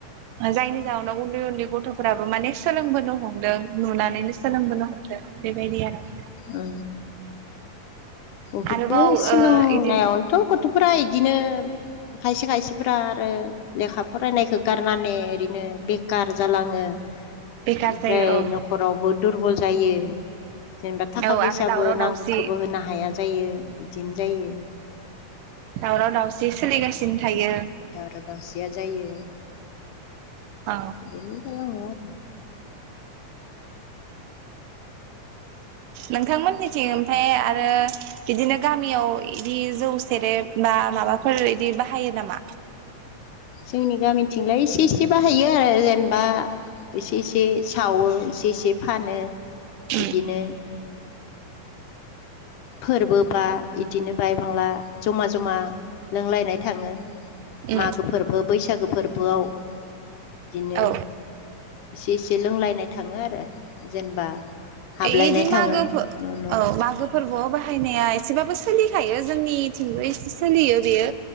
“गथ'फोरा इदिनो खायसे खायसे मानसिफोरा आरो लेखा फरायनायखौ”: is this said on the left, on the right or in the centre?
Left